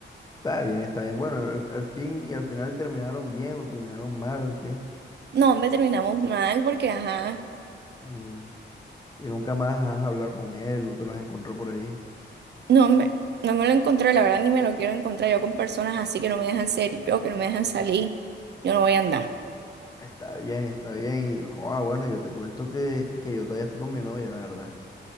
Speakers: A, on the left; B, on the right.
A: está bien, está bien. Bueno, al, al fin y al final terminaron bien o terminaron mal, ¿qué?
B: No, hombre, terminamos mal porque, ajá,
A: Mm, y nunca más has hablado con él, no te lo has encontrado por ahí.
B: no me, no me lo encontré, la verdad, ni me lo quiero encontrar yo con personas así que no me dejan ser yo, que no me dejan salir. Yo no voy a andar.
A: Está bien, está bien. Y joa, bueno, yo te cuento que, que yo todavía estoy con mi novia, la verdad.